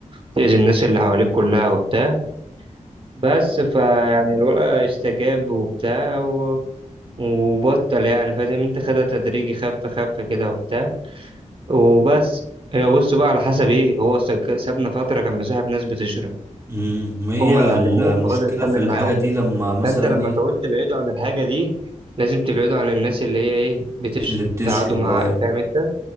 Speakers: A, on the right (about 45°); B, on the right (about 25°).
A: بتأذي الناس اللي حواليك كلها وبتاع بس فيعني الولد استجاب وبتاع و... وبطل يعني فاهم انت خدها تدريجي خف خف كده وبتاع وبس هي بص بقى على حسب ايه هو سك- سابنا فتره كان مصاحب ناس بتشرب
B: امم هي
A: هم اللي
B: المشكلة
A: علموه فبدأ يكمل
B: في الحاجة
A: معاهم
B: دي لما مثلا
A: فانت لما
B: ايه
A: تعوز تبعده عن الحاجه دي لازم تبعده عن الناس اللي هي ايه بتشرب
B: اللي بتشرب
A: تقعدوا مع
B: اه
A: فاهم انت